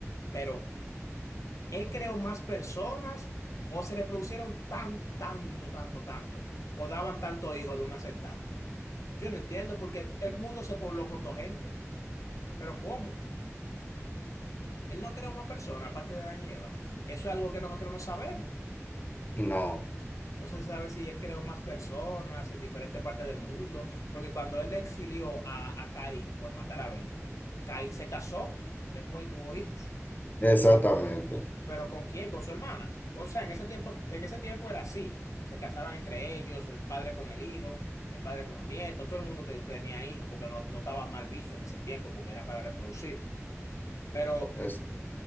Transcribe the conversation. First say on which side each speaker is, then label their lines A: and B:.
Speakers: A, on the left; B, on the left.
A: pero él creó más personas o se reproducieron tan, tanto, tanto, tanto, o daban tanto hijo de una sentada. Yo no entiendo porque el mundo se pobló con dos gente, pero ¿cómo? Él no creó más personas, aparte de Adán y Eva. Eso es algo que nosotros no sabemos.
B: no,
A: No se sabe si él creó más personas en diferentes partes del mundo, porque cuando él exilió a, a Caín por matar a Abel, Caín se casó, después y tuvo hijos.
B: exactamente.
A: ¿Pero con quién? Con su hermana. O sea, en ese tiempo, en ese tiempo era así. Se casaban entre ellos, el padre con el hijo, el padre con el nieto, todo el mundo te- tenía hijos, porque no, no estaba mal visto en ese tiempo, porque era para reproducir. Pero
B: Es,